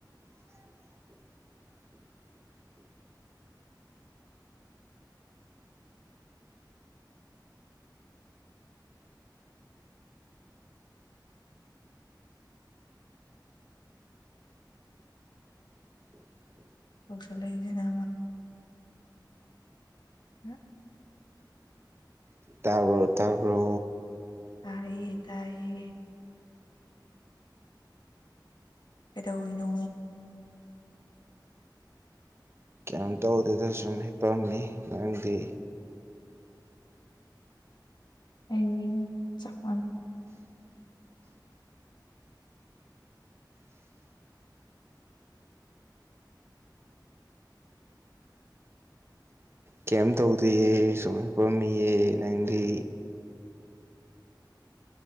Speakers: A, on the right (about 35°); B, on the left (about 70°).
A: <inaudible>
B: <inaudible> <inaudible>
A: <inaudible>
B: ꯇꯧꯁꯂ ꯏꯗꯅ <unintelligible> <inaudible>
A: ꯇꯥꯕ꯭ꯔꯣ ꯇꯥꯕ꯭ꯔꯣ
B: ꯇꯥꯏꯌꯦ ꯇꯥꯏꯌꯦ ꯀꯩꯗꯧꯔꯤꯅꯣ
A: ꯀꯩꯝ ꯇꯧꯗꯦꯗ ꯁꯨꯝ ꯍꯤꯄꯝꯃꯤ ꯅꯪꯗꯤ
B: ꯑꯩ ꯆꯥꯎꯃꯜ
A: ꯀꯩꯝ ꯇꯧꯗꯤꯌꯦ ꯁꯨꯝ ꯍꯤꯞꯄꯝꯃꯤꯌꯦ ꯅꯪꯗꯤ